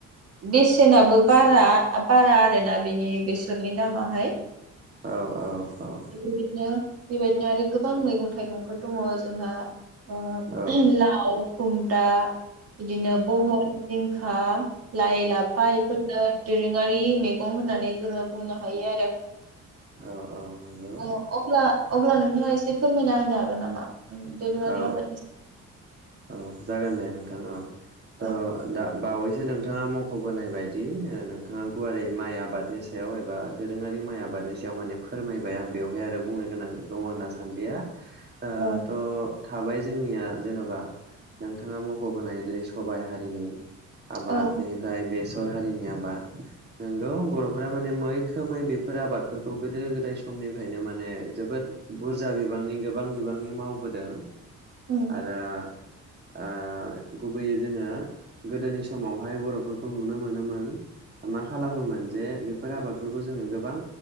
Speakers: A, on the right; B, on the right.
A: बेसेनाबो बारा बारा आरोना बेनि बेसरनि दामाहाय
B: औ औ
A: <unintelligible> बेबायदिनो आरो गोबां मैगं थाइगंफोर दङ जोंहा ओ
B: औ
A: लाव खुमब्रा बिदिनो बहल जिं खा लाइ लाफा इफोरनो दोरोङारि मैगं होननानै जोङो बुंनो हायो आरो
B: औ औ नोंगौ
A: अ अब्ला अब्ला नोंथाङा एसे फोरमायना होनो हागोन नामा दोरोङारि
B: औ
A: आबादनि
B: औ जागोन दे नोंथां औ
A: सायाव
B: थ दा बावैसो नोंथाङा मखबोनाय बायदि नोंथाङा गुवारै माइ आबादनि सायाव एबा दोरोङारि माइ आबादनि सायाव माने फोरमायबाय आं बेवहाय आरो बुंनो गोनां दङ होनना सान्दिया ओ
A: औ
B: त थाबाय जोंनिया जेनबा नोंथाङा मख बोनाय जेरै सबाइ हारिनि आबाद
A: औ
B: बेनिफ्राय बेस र हारिनि आबाद नोंगौ बरफोरा माने मैखोमै बेफोर आबादफोरखौ गोदो गोदाय समनिफ्रायनो माने जोबोद बुरजा बिबांनि गोबां बिबांनि मावबोदों
A: उम
B: आरो ओ गुबैयै जोङो गोदोनि समावहाय बरफोरखौ नुनो मोनोमोन मा खालामोमोन जे बेफोर आबादफोरखौ जोङो गोबां